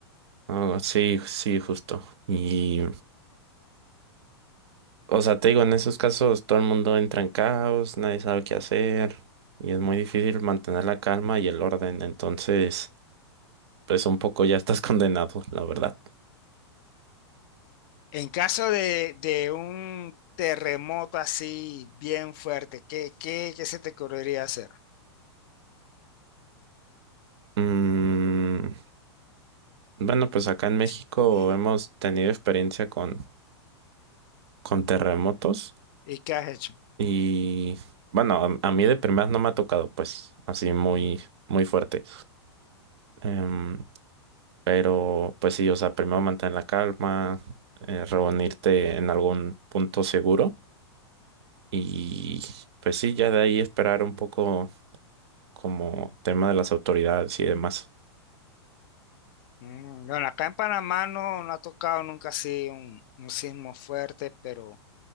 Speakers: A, on the right; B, on the left.
A: Ah, sí, sí, justo. Y O sea, te digo, en esos casos todo el mundo entra en caos, nadie sabe qué hacer y es muy difícil mantener la calma y el orden. Entonces, pues un poco ya estás <laughs> condenado, la verdad.
B: En caso de, de un terremoto así bien fuerte, ¿qué, qué, qué se te ocurriría hacer?
A: Mm, bueno, pues acá en México
B: Sí, bien.
A: hemos tenido experiencia con, con terremotos
B: ¿Y qué has hecho?
A: y bueno, a, a mí de primeras no me ha tocado, pues así muy,
B: Mm,
A: muy fuerte. Em, pero pues sí, o sea, primero mantener la calma, eh, reunirte en algún punto seguro Y pues sí, ya de ahí esperar un poco como tema de las autoridades y demás,
B: mm, Bueno, acá en Panamá no, no ha tocado nunca así un, un sismo fuerte, pero...